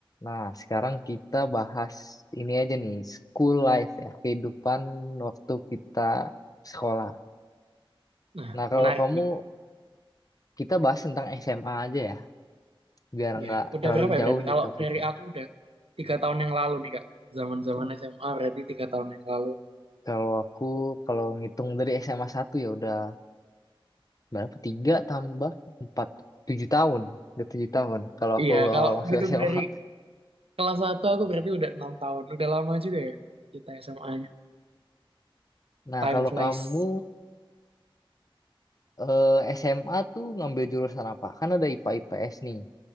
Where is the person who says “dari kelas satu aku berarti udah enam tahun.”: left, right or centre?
Right